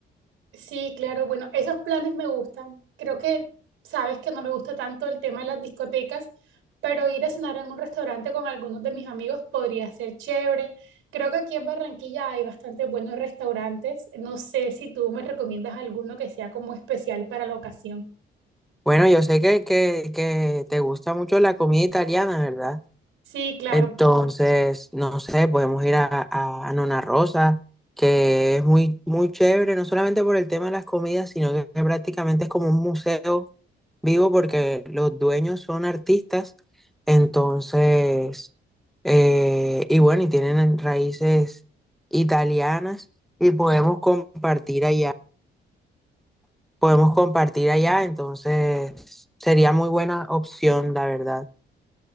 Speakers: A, on the right (about 85°); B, in the centre.
A: Sí, claro, bueno, esos planes me gustan. Creo que sabes que no me gusta tanto el tema de las discotecas, pero ir a cenar en un restaurante con algunos de mis amigos podría ser chévere. Creo que aquí en Barranquilla hay bastantes buenos restaurantes. No sé si tú me recomiendas alguno que sea como especial para la ocasión.
B: Bueno, yo sé que, que, que te gusta mucho la comida italiana, ¿verdad?
A: Sí, claro.
B: Entonces, no sé, podemos ir a, a, a Nona Rosa, que es muy, muy chévere, no solamente por el tema de las comidas, sino que prácticamente es como un museo vivo porque los dueños son artistas. Entonces, eh, y bueno, y tienen raíces italianas y podemos compartir allá podemos compartir allá, entonces sería muy buena opción, la verdad.